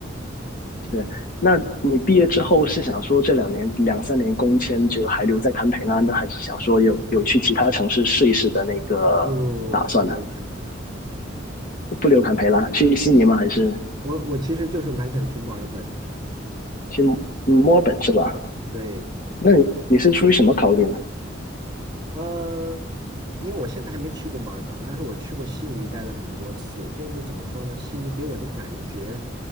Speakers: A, on the left; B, on the right.
A: 是，那你毕业之后是想说这两年两三年工签就还留在堪培拉呢，还是想说有有去其他城市试一试的那个打算呢？
B: 不不不，我不留堪培拉，
A: 不留堪培拉，去悉尼吗？还是
B: <laughs> 我我其实就是蛮想去墨尔本的。
A: 去墨尔本是吧？
B: 对，
A: 那你你是出于什么考虑呢？
B: 嗯，因为我现在还没去过墨尔本，但是我去过悉尼，待了很多次。就是怎么说呢，悉尼给我的感觉，